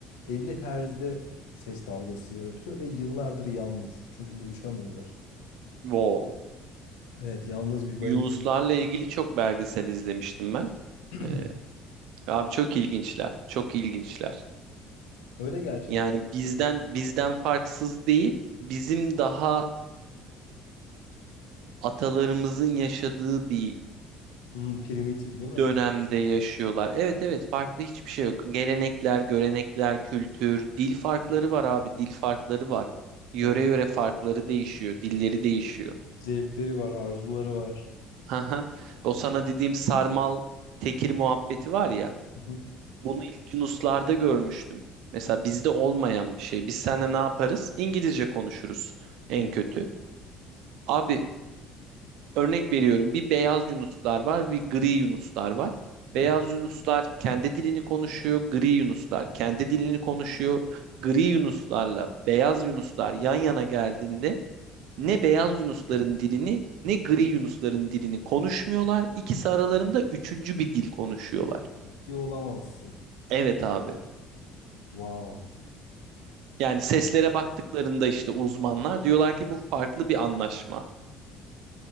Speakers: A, on the left (about 70°); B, on the right (about 65°).
A: 50 herzde ses dalgası yaratıyor ve yıllardır yalnız. Çünkü buluşamıyorlar.
B: Wow.
A: Evet, yalnız bir balina.
B: Yunuslarla ilgili çok belgesel izlemiştim ben.
A: <clears throat>
B: Ee, abi çok ilginçler. Çok ilginçler.
A: Öyle gerçekten.
B: Yani bizden bizden farksız değil. Bizim daha atalarımızın yaşadığı bir
A: Hmm, primitif değil mi?
B: dönemde yaşıyorlar. Evet evet farklı hiçbir şey yok. Gelenekler, görenekler, kültür, dil farkları var abi, dil farkları var. Yöre
A: Evet.
B: yöre farkları değişiyor, dilleri değişiyor.
A: Zevkleri var, arzuları var.
B: Haha. O sana dediğim sarmal tekir muhabbeti var ya.
A: Hı hı.
B: Bunu ilk Yunuslarda görmüştüm. Mesela bizde olmayan bir şey. Biz seninle ne yaparız? İngilizce konuşuruz en
A: Evet.
B: kötü. Abi Örnek veriyorum bir beyaz yunuslar var bir gri yunuslar var.
A: Hı
B: Beyaz
A: hı.
B: yunuslar kendi dilini konuşuyor, gri yunuslar kendi dilini konuşuyor. Gri yunuslarla beyaz yunuslar yan yana geldiğinde ne beyaz yunusların dilini ne gri yunusların dilini konuşmuyorlar. İkisi aralarında üçüncü bir dil konuşuyorlar.
A: Ciddi olamazsın.
B: Evet abi.
A: Wow.
B: Yani seslere baktıklarında işte uzmanlar diyorlar ki bu farklı bir anlaşma.